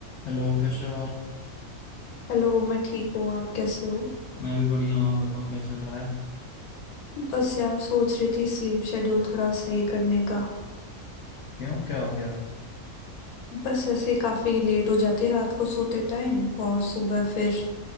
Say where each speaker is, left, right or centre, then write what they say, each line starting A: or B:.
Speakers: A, on the left; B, on the left.
A: Hello कैसे हो आप
B: हेलो मैं ठीक हूँ आप कैसे हो
A: मैं भी बढ़िया हूँ आप बताओ क्या चल रहा है
B: बस यार सोच रही थी स्लीप शेड्यूल थोड़ा सही करने का
A: क्यों क्या हो गया
B: बस ऐसे ही काफी लेट हो जाती है रात को सोते टाइम और सुबह फिर